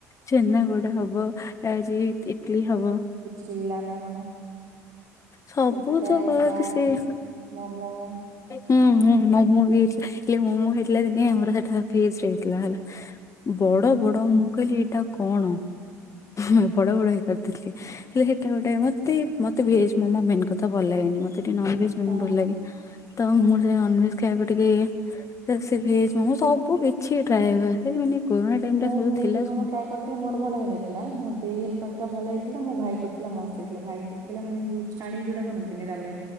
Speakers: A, on the left; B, on the right.
A: ଛେନାଗୋଡ ହବ ଆଜି ଇଟଲି ହବ।
B: ଥିଲା ନା କଣ?
A: ସବୁ
B: ସେଟା
A: ତ କରନ୍ତି
B: ଚାଟ
A: ସିଏ।
B: ମୋମୋ
A: ହୁଁ ହୁଁ ମୋମୋ ବି ହେଇ ହେ ମୋମୋ ହେଇଥିଲା ଦିନେ ଆମର ସେଟା ପି ଏଜ୍ ରେ ହେଇଥିଲା ହେଲା। ବଡ଼
B: ହୁଁ।
A: ବଡ଼ ମୁଁ କହିଲି ଏଇଟା କଣ ମୁଁ ବଡ଼ ବଡ଼ ହେଇ କରିଥିଲି ହେଲେ ସେଟା ଗୋଟେ ମତେ ମତେ ଭେଜ୍ ମୋମୋ ମେନ୍ କଥା ଭଲ ଲାଗେନି ମତେ ଟିକେ ନନ୍ଭେଜ ମୋମୋ
B: ହଁ
A: ଭଲ ଲାଗେ। ତ
B: ହୁଁ
A: ମୁଁ ସେ ନନ ଭେଜ ଖାଇବାକୁ ଟିକେ ସେ ଭେଜ ମୋମୋ ସବ ସବୁ କିଛି ଟ୍ରାଏ ହୁଏ ସେ ମାନେ କୋରନା ଟାଇମ
B: ମୁଁ
A: ଟା ସବୁ
B: ଭେଜ
A: ଥିଲା
B: ମୋମୋ
A: ସବୁ
B: ଟ୍ରାଏ ମୋର ଭଲ ହେଇନଥିଲା ମୁଁ ଦେଇ ହେଲେ କରିଥିଲା ଭଲ ହେଇଥିଲା ମୋ ଭାଇ କରିଥିଲା ମସ୍ତ ହେଇଥିଲା ଭାଇ କରିଥିଲା। ପିଲା ମାନେ ଯୋଉ ଛାଣି ଯୋଉଟା କରନ୍ତିନି ତାପରେ